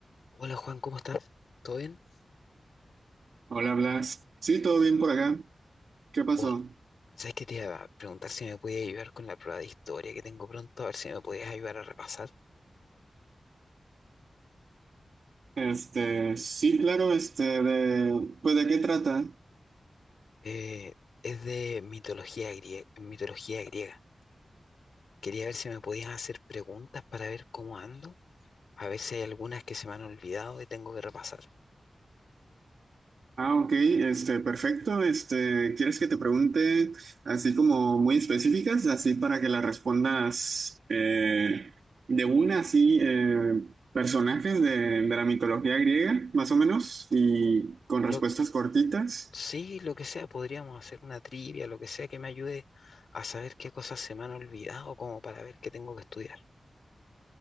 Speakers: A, on the left (about 85°); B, on the right (about 85°).
A: Hola Juan, ¿cómo estás? ¿Todo bien?
B: Hola Blas. Sí, todo bien por acá. ¿Qué pasó?
A: Oh, ¿sabes qué te iba a preguntar si me podías ayudar con la prueba de historia que tengo pronto? A ver si me podías ayudar a repasar.
B: Este, sí, claro, este, de, pues ¿de qué trata?
A: Eh, es de mitología griega, mitología griega. Quería ver si me podías hacer preguntas para ver cómo ando, a ver si hay algunas que se me han olvidado y tengo que repasar.
B: Ah, ok, este, perfecto. Este, ¿quieres que te pregunte así como muy específicas, así para que las respondas eh, de una, así, eh, personajes de, de la mitología griega, más o menos, y con
A: Lo,
B: respuestas cortitas?
A: sí, lo que sea, podríamos hacer una trivia, lo que sea que me ayude a saber qué cosas se me han olvidado, como para ver qué tengo que estudiar.